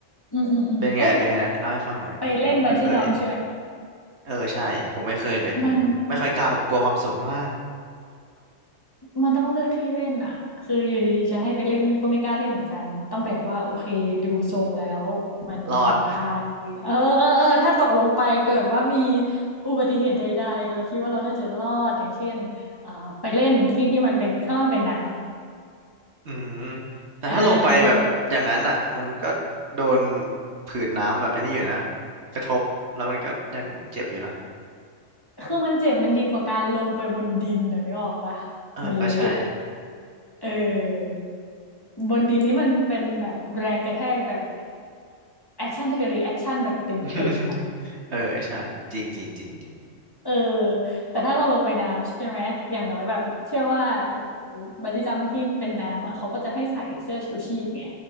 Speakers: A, on the left; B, on the right.
A: อืมอืมอืมเอ้ย
B: เป็นไงเป็นไงเล่าให้ฟังหน่อยผมไม่เคย
A: ไปเล่นบันจี้จัมพ์ใช่ไหม
B: เออใช่ผมไม่เคยเลยผมไม่ค่อยกล้าผมกลัวความสูงมาก
A: มัน มันต้องเลือกที่เล่นอ่ะคืออยู่ดีๆจะให้ไปเล่นก็ไม่กล้าเล่นเหมือนกันต้องแบบว่าโอเคดูทรงแล้วมันปลอดภัยเออเออเออถ้าตกลงไปเกิดว่ามี
B: รอด
A: อุบัติเหตุใดๆเราคิดว่าเราน่าจะรอดอย่างเช่นเอ่อไปเล่นที่ที่มันเป็นข้างล่างเป็นน้ำ
B: อืมแต่ถ้าลงไปแบบอย่างนั้นอ่ะมันก็โดน
A: อ่าเรา
B: ผื่นน้ำแบบไอันนี้อยู่นะกระทบแล้วมันก็ยังเจ็บอยู่นะ
A: คือมันเจ็บมันดีกว่าการลงไปบนดินนะนึกออกปะ
B: เออก็ใช่
A: มันเละเออบนดินนี้มันเป็นแบบแรงกระแทกแบบแอคชั่นแทกรีแอคชั่นแบบเต็มๆอ่ะ
B: <laughs> เออใช่จริงจริงจริงจริง
A: เออแต่ถ้าเราลงไปน้ำใช่ไหมอย่างน้อยแบบเชื่อว่าบันจี้จัมพ์ที่เป็นน้ำอ่ะเขาก็จะให้ใส่เสื้อชูชีพไง